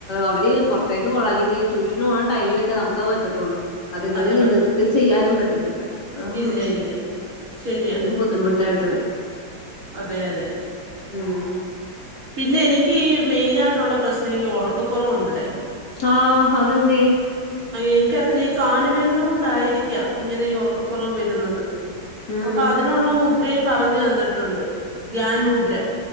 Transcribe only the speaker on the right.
അതെ
പറ്റും
ഇല്ല
ഇല്ല ശരിയാ
അതെ അതെ
പിന്നെ എനിക്ക് ഈ മെയിനായിട്ടുള്ള പ്രശ്നം ഈ ഉറക്കക്കുറവുണ്ടടേ.
എനിക്കറിത്തില്ല ഈ കാലുവേദന കൊണ്ടായിരിക്കാം ഇങ്ങനെ ഈ ഉറക്കക്കുറവ് വരുന്നത്.
അപ്പൊ അതിനുള്ള മുദ്രയും പറഞ്ഞു തന്നിട്ടുണ്ട് ധ്യാൻ മുദ്ര.